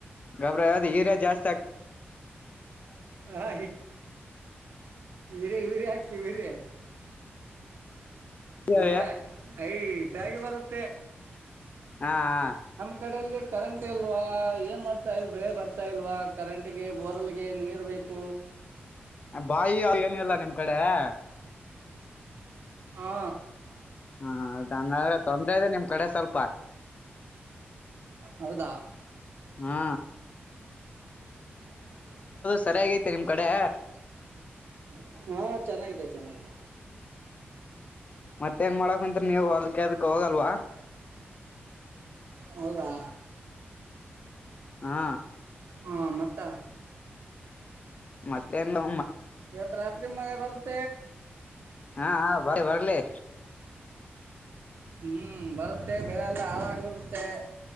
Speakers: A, on the left (about 35°); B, on the right (about 65°).
A: ಗಬ್ರ ಅದ ಯೂರಿಯಾ ಜಾಸ್ತಿ ಆಕ್
B: ಹಾ ಯೂರಿಯಾ ಯೂರಿಯಾ ಆಕ್ತೀ ಯೂರಿಯಾ
A: ಹಾ
B: ಅಂದ್ರೆ ಹೈಟಾಗಿ ಬರುತ್ತೆ.
A: ಹಾ ಹಾ
B: ಈ ಕಡೆಯಲ್ಲಿ ಕರೆಂಟ್ ಇಲ್ವಾ ಏನ್ ಮಾಡ್ತಾ ಇದ ಬೆಳೆ ಬರ್ತಾ ಇಲ್ವಾ ಕರೆಂಟ್ ಗೆ ಬೋರ್ಲ್ಗೆ ನೀರ್ ಬೇಕ್
A: ಬಾಯಿ ಅವ್ ಏನಿಲ್ಲ ನಿಮ್ ಕಡೆ ಹಾ
B: <unintelligible> ಹಾ
A: ಹಾ ಅದ ಹಂಗಾದ್ರೆ ತೊಂದ್ರ ಇದೆ ನಿಮ್ ಕಡೆ ಸ್ವಲ್ಪ
B: ಹೌದಾ
A: ಹಾ
B: <inaudible>
A: ಸರಿಯಾಗೈತೆ ನಿಮ್ ಕಡೆ
B: ಹಾ ಚೆನ್ನಾಗಿದೆ ಚೆನ್ನಾಗಿದೆ ಹಾಗ
A: ಮತ್ತ ಏನ್ ಮಾಡಕುಂತಿರ್ ನೀವು ಹೊಲಕ್ ಎದಕ್ ಹೋಗಲ್ವಾ
B: ಹೌದಾ
A: ಹಾ
B: ಹಾ ಮತ್ತ
A: ಮತ್ತೇನು
B: ಇವತ್ತು ರಾತ್ರಿ ಮ ಬರುತ
A: ಹಾ ಹ ಬ ಬರ್ಲಿ
B: ಹ್ಮ್ ಬರುತ್ತೆ ಬೆಳೆಲ್ಲ ಹಾಳಾಗೋಗುತ್ತೆ